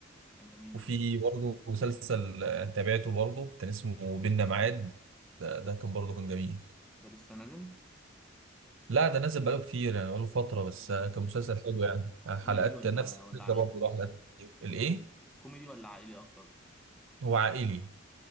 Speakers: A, in the centre; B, on the right.
A: كان جميل
B: وفي
A: جدا
B: برضه مسلسل آه، تابعته برضه كان اسمه بينا ميعاد ده, ده كان برضه كان جميل
A: ده لسه نازل
B: لا ده نزل بقاله كتير يعني بقاله فتره بس
A: مم.
B: آه، كان مسلسل حلو يعني آه، حلقات
A: كوميدي ولا
B: نفس
A: ولا
B: الفكره
A: عائلي
B: برضه له حلقات كتير. الايه
A: كوميدي ولا عائلي اكتر
B: هو عائلي